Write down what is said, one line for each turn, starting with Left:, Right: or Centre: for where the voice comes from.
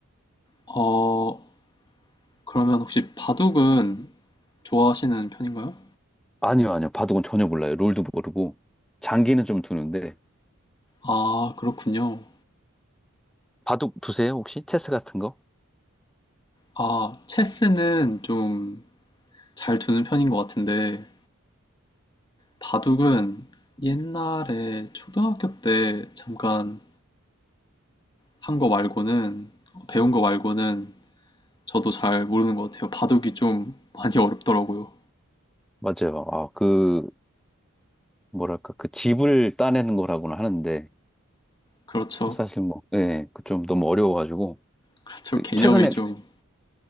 Left: 어, 그러면 혹시 바둑은 좋아하시는 편인가요?
Centre: 아니요, 아니요. 바둑은 전혀 몰라요. 룰도 모르고. 장기는 좀 두는데.
Left: 아, 그렇군요.
Centre: 바둑 두세요, 혹시? 체스 같은 거?
Left: 아, 체스는 좀 잘 두는 편인 것 같은데, 바둑은 옛날에 초등학교 때 잠깐 한 거 말고는, 배운 거 말고는 저도 잘 모르는 것 같아요. 바둑이 좀 많이 어렵더라고요.
Centre: 맞아요. 아, 그, 뭐랄까, 그 집을 따내는 거라고는 하는데,
Left: 그렇죠.
Centre: 그 사실 뭐, 예, 그 좀 너무 어려워가지고.
Left: 그렇죠.
Centre: 그,
Left: 개념이
Centre: 최근에,
Left: 좀.